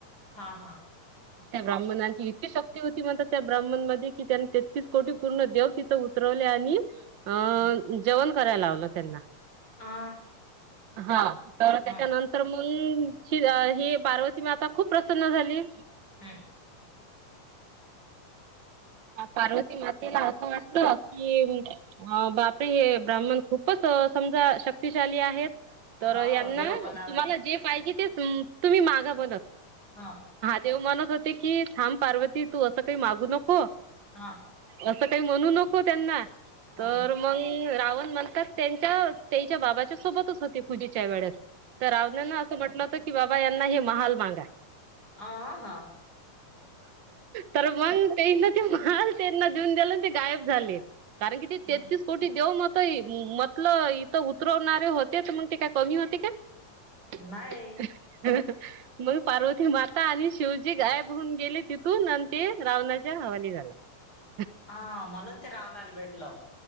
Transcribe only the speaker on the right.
त्या ब्राह्मणांची इतकी शक्ती होती म्हनतात त्या ब्राह्मण मध्ये कि त्यांनी तेतीस कोटी पूर्ण देव उतरवले आणि अ
जेवण कराय लावलं त्यांना
हा तर त्याच्यानं
तर मंग ही पार्वती माता खूप प्रसन्न झाली
पार्वती मातेला असं वाटतं की अ बापरे हे ब्राह्मण खूपच अ समजा अ शक्तिशाली आहेत तर
यांना,
तुम्हाला जे पाहिजे ते तुम्ही माग म्हणत
देव म्हणत होते की थांब पार्वती तू असं काही मागू नको
असं काही म्हणू नको त्यांना...
तर... मग अं... रावण म्हणतात, ते त्यांच्या बाबांसोबतच होते पूजेच्या वेळेस... तर रावणाने असं म्हटलं होतं की, बाबा, यांना हे महाल मागा.
तर मग त्याने ते महाल त्यांना देऊन टाकले, ते गायब झाले, कारण की ते तेहतीस...
कुठे देऊ? म्हटलं, इथं उतरवणारेच होते, मग ते काय कमी होते का? <inaudible>
ठेव इथं. मग पार्वतीमाता आणि शिवजी तिथून गायब होऊन गेले, आणि ते महाल रावणाच्या हवाली झाले. <inaudible>